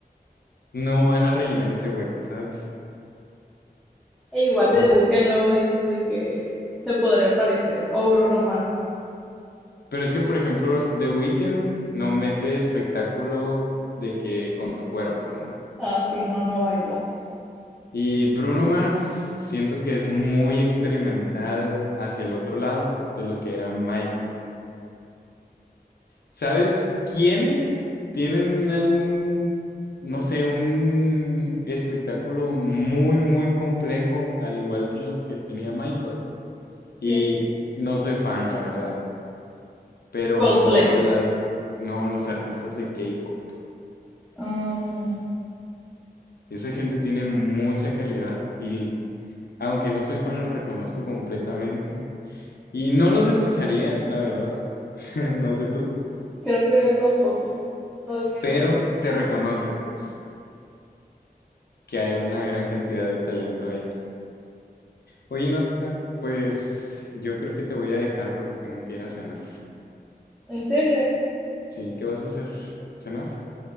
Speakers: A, on the left; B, in the centre.
A: no van a rellenar ese hueco, ¿sabes?
B: E igual
A: O,
B: de The Weeknd luego dicen de que se podría parecer. O Bruno Mars.
A: pero es que, por ejemplo, The Weeknd no mete espectáculo de que con su cuerpo, ¿no?
B: Ah, sí, no, no baila.
A: Y Bruno Mars siento que es muy experimental hacia el otro lado de lo que era Michael. ¿Sabes quiénes tienen a un, no sé, un espectáculo muy, muy complejo, al igual que los que tenía Michael? Y
B: Yeah.
A: no soy fan, la verdad, pero
B: Coldplay.
A: la- no, los artistas de K-pop.
B: Mm,
A: Esa gente tiene mucha calidad y aunque no soy fan, los reconozco completamente. Y no los escucharía, la verdad, <laughs> no sé tú,
B: creo que yo tampoco. No es mi estilo.
A: pero se reconoce pues que hay una
B: Sí,
A: gran
B: sí.
A: cantidad de talento ahí. Oye, Nadja, pues yo creo que te voy a dejar porque tengo que ir a cenar.
B: ¿En serio?
A: Sí, ¿qué vas a hacer? ¿Cenar?